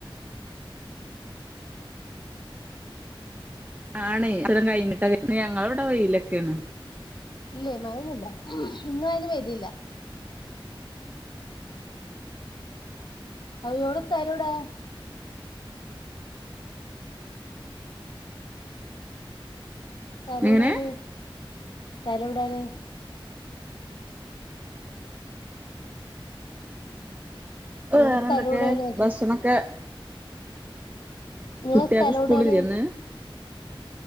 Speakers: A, on the right; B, on the left.
A: ആണ് ഇത്തരം കഴിഞ്ഞിട്ടൊക്കെ ഞങ്ങൾടവിടെ വെയിലൊക്കെയാണ്
B: ഇല്ലേ <unintelligible> ഇന്നും അതിന് വരില്ല വിടെ സ്ഥലവിടെ സ്ഥലോടാണ്
A: എങ്ങനെ
B: സ്ഥലം എവിടാണ് നിങ്ങളെ
A: വേറെ
B: സ്ഥലം
A: എന്തൊക്കെ
B: എവിടെയാണ്
A: ഭക്ഷണൊക്കെ
B: നിങ്ങളെ
A: കുട്ടിയക്ക്
B: സ്ഥലം
A: സ്കൂളില്ലെന്ന്
B: എവിടെയാണ്